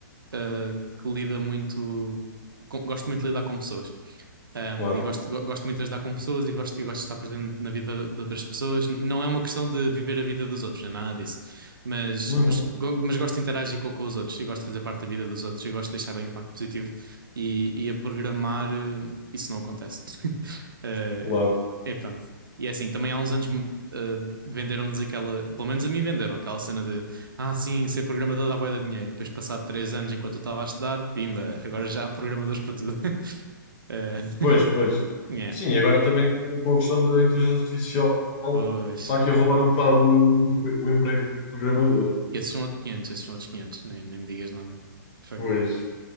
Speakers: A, on the right; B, on the left.
A: ah, que lida muito. com- gosto muito de lidar com pessoas. Um,
B: Claro,
A: e gosto, go- gosto muito de ajudar com pessoas e gosto, e gosto de estar presente na vida de outras pessoas. Não é uma questão de viver a vida dos outros, não é nada disso. Mas,
B: Uhum.
A: mas, go- mas gosto de interagir com, com os outros e gosto de fazer parte da vida dos outros e gosto de deixar um impacto positivo. E, e a programar, eh, isso não acontece. <laughs> Eh,
B: claro.
A: é pronto. E é assim, também há uns anos me- eh, venderam-nos aquela, pelo menos a mim venderam aquela cena de ah, sim, ser programador dá bué de dinheiro. Depois, passado três anos, enquanto eu estava a estudar, pimba, agora já há programadores para tudo. <laughs> Eh, <laughs>
B: Pois, pois.
A: yeah,
B: Sim, e agora também com, com a questão da inteligência artificial
A: pois.
B: está aqui a roubar um bocado o, o emprego de programador.
A: Esses são outros 500, esses são outros 500. nem, nem me digas nada. Fuck.
B: Pois.